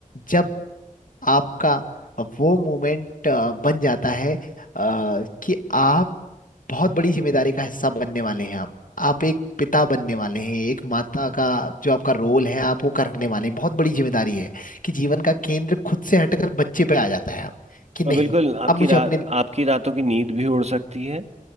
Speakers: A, on the left; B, on the right.
A: जब आपका वो मोमेंट बन जाता है अ, कि आप बहुत बड़ी जिम्मेदारी का हिस्सा बनने वाले हैं आप आप एक पिता बनने वाले हैं एक माता का जो आपका रोल है आप वो करने वाले हैं बहुत बड़ी जिम्मेदारी है कि जीवन का केंद्र खुद से हटकर बच्चे पे आ जाता है आप कि नहीं
B: और बिल्कुल आपकी
A: अब मुझे
B: रात
A: अपने
B: आपकी रातों की नींद भी उड़ सकती है